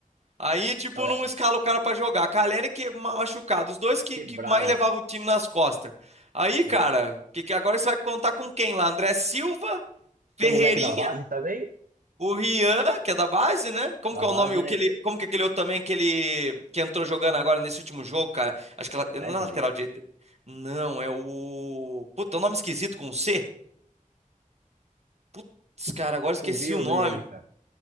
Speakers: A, on the right (about 50°); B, on the right (about 80°).
A: Aí, tipo,
B: cara,
A: não escala o cara pra jogar. Caleri que ma- machucado, os dois que,
B: quebrado.
A: que mais levavam o time nas costas. Aí,
B: É.
A: cara, que, que agora você vai contar com quem lá? André Silva?
B: Tem
A: Ferreirinha
B: um moleque da base também?
A: o Rian, que é da base, né? Como
B: Da
A: que
B: base,
A: é o nome? Aquele,
B: né?
A: como que é aquele outro também que ele que entrou jogando agora nesse último jogo, cara? Acho que ela,
B: Wesley.
A: não é lateral direito. Não, é o. Puta, é um nome esquisito com um C. Putz, cara, agora
B: Acho
A: esqueci
B: que eu vi eu
A: o nome.
B: vi ele, cara.